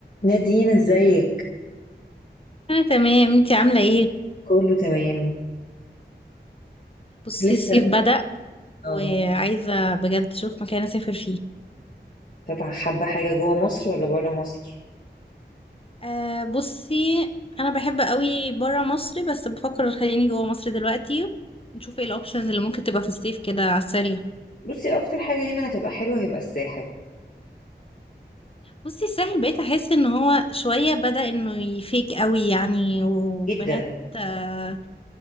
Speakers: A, on the left (about 45°); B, on the left (about 30°).
A: نادين ازيك
B: انا تمام انتي عامله ايه
A: كله تمام
B: بصي
A: لسه
B: الصيف بدأ
A: اه
B: وعايزه بجد اشوف مكان اسافر فيه
A: طبعا حابة حاجة جوه مصر ولا بره مصر
B: أه بصي انا بحب قوي برا مصر بس بفكر خليني جوا مصر دلوقتي نشوف ايه الاوبشنز اللي ممكن تبقى في الصيف كده على السريع
A: بصي اكتر حاجة هنا هتبقى حلوة هيبقى الساحل
B: بصي الساحل بقيت احس ان هو شويه بدأ انه يفيك قوي يعني وبنات
A: جدا
B: آه،